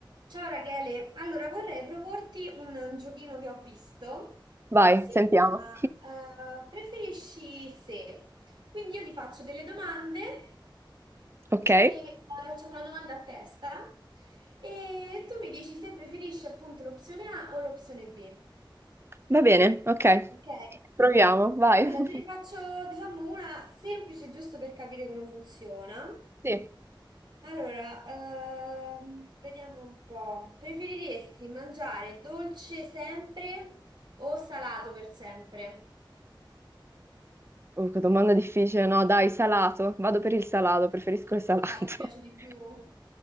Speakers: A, on the right; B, on the right.
A: Ciao Rachele, allora vorrei proporti un giochino che ho visto.
B: Vai,
A: Si
B: sentiamo.
A: chiama eh, Preferisci se. Quindi io ti faccio delle domande
B: Ok,
A: e poi facciamo una domanda a testa e tu mi dici se preferisci appunto l'opzione A o l'opzione B.
B: va bene, ok,
A: Ok?
B: proviamo, vai.
A: Allora
B: <laughs>
A: te ne faccio diciamo una semplice giusto per capire come funziona.
B: Sì.
A: Allora, ehm, vediamo un po'. Preferiresti mangiare dolce sempre o salato per sempre?
B: Uh, che domanda difficile, no? Dai, salato. Vado per il salato, preferisco il salato.
A: Salato, ti piace
B: <laughs>
A: di più?